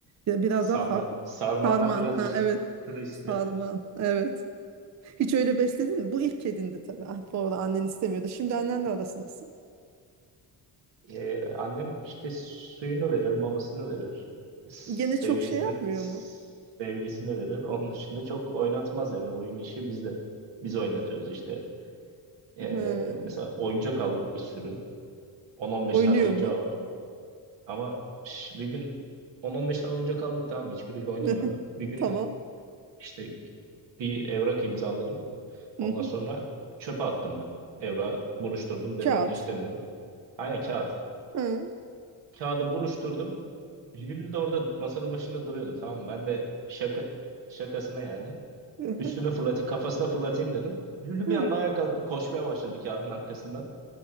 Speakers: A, on the right; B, on the right.
A: biraz
B: Sarma
A: daha farklı.
B: sarmanlar
A: Sarman.
B: biraz
A: Ha,
B: risk-
A: evet.
B: riskli.
A: Sarman. Evet. Hiç öyle besledin mi? Bu ilk kedindi tabii. Ah, bu arada annen istemiyordu. Şimdi annenle arası nasıl?
B: E, annem işte suyunu verir, mamasını verir. Sevgisini
A: Gene çok şey yapmıyor
B: sevgisini
A: mu?
B: verir. Onun dışında çok oynatmaz yani. Oyun işi bizde. Biz oynatıyoruz işte. E,
A: Hı.
B: mesela oyuncak aldık bir sürü. 10-15
A: Oynuyor
B: tane oyuncağı
A: mu?
B: var. Ama ş- bir gün 10-15 tane oyuncak aldık tamam mı? Hiçbiriyle oynamıyordu.
A: <laughs>
B: Bir gün
A: Tamam.
B: işte bir evrak imzaladım. Ondan
A: Hı hı.
B: sonra çöpe attım ben. Evrağı buruşturdum. Dedim
A: Kağıt.
B: bunu istemiyorum. Aynen kağıt.
A: Hı.
B: Kağıdı buruşturdum. Lül de orada masanın başında duruyordu tamam mı? Ben de şaka şakasına yani.
A: <laughs>
B: Üstüne fırlatayım, kafasına fırlatayım dedim. Lülü
A: Hı
B: bir anda
A: hı.
B: ayağa kalktı, koşmaya başladı kağıdın arkasından.